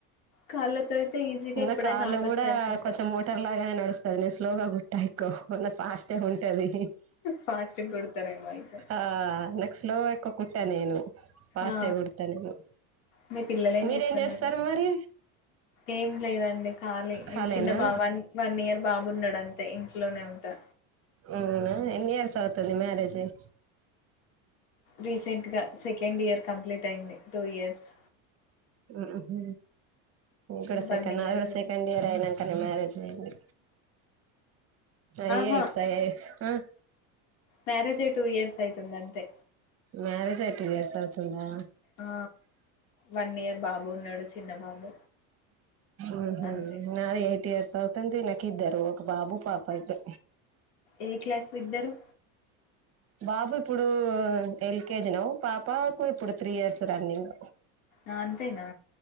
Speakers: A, on the left; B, on the right.
A: కాళ్ళతో అయితే ఈజీగా
B: ఇంగా
A: ఎప్పుడైనా
B: కాళ్ళు
A: ఆపచ్చు
B: కూడా
A: అనుకుంటా
B: కొంచెం మో అదేనడుస్తది నే స్లోగా కు టైకో నా ఫాస్ట్ ఉంటది
A: ఫాస్ట్ కొడతారేమో అయితే
B: ఆ స్లో ఎక్కువ కుట్ట నేను ఫాస్టే
A: ఆ
B: కుడతా నేను
A: మీ పిల్లలు ఏం
B: మీరేం
A: చేస్తున్నారు
B: చేస్తారు మరి
A: ఏం లేదండి ఖాళీ
B: ఖాళీయేనా
A: చిన్న బావాన్ వన్ ఇయర్ బాబున్నడంతే ఇంట్లోనే ఉంటా
B: అవునా ఎన్ని ఇయర్స్ అవుతుంది మ్యారేజ్ అయ్
A: రీసెంట్గా సెకండ్ ఇయర్ కంప్లీట్ అయింది టూ ఇయర్స్
B: ఉ హు కూడా సెకండ్
A: వన్ ఇయర్
B: నాది కూడా సెకండ్ ఇయర్ అయినంకనే మ్యారేజ్ అయింది అయ్యే
A: ఆహా
B: ఎక్స్ య్ ఆ
A: మ్యారేజ్ అయి టూ ఇయర్స్ అయితుంది అంతే
B: మ్యారేజ్ అయ్ టూ ఇయర్స్ అవుతుందా
A: ఆ వన్ ఇయర్ బాబు ఉన్నాడు చిన్న బాబు
B: ఉహు
A: అంతే
B: నాది ఎయిట్ ఇయర్స్ అవ్ తుంది నాకిద్దరు ఒక బాబు పాప అయితే
A: ఏ క్లాస్ విద్దరు
B: బాబు ఇప్పుడు ఎల్కేజీ నవ్ పాపాకు ఇప్పుడు త్రీ ఇయర్స్ రన్నింగ్
A: ఆ! అంతేనా